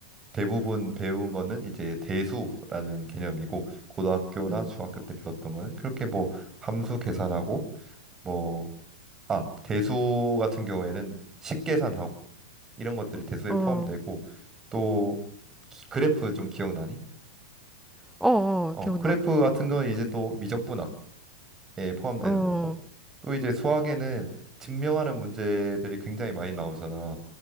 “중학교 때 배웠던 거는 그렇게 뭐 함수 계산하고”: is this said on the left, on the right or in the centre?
Right